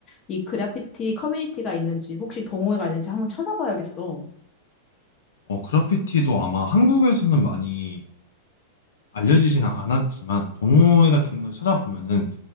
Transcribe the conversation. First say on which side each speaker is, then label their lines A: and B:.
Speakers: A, on the left (about 30°); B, on the left (about 75°).
A: 이 그래피티 커뮤니티가 있는지 혹시 동호회가 있는지 한번 찾아봐야겠어.
B: 어, 그래피티도 아마 한국에서는 많이 알려지지는 않았지만 동호회 같은 걸 찾아보면은